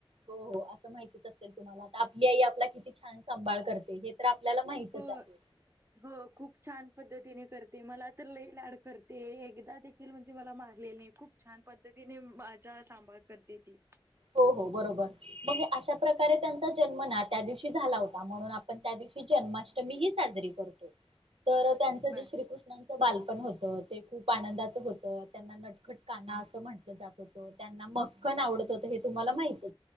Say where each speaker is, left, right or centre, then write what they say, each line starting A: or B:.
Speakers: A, on the right; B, on the right.
A: हो हो असं माहितीच असेल तुम्हाला आता आपली आई आपला किती छान सांभाळ करते हे तर आपल्याला माहितच
B: हो
A: आहे
B: हो खूप छान पद्धतीने कर ते मला तर लई लाड करते एकदा देखील म्हणजे मला मारले नाही खूप छान पद्धतीने माझ्या सांभाळ करते ती
A: हो हो बरोबर मग अशा प्रकारे त्यांचा जन्म ना त्या दिवशी झाला होता म्हणून आपण त्या दिवशी जन्माष्टमी साजरी करतो तर त्यांच
B: बर
A: ज श्रीकृष्णचा बाल ण होत ते खूप आनंदाच होत त्यांना नटखट काना असं म्हटलं जात होतं त्यांना म न आवडत असतं तुम्हाला माहित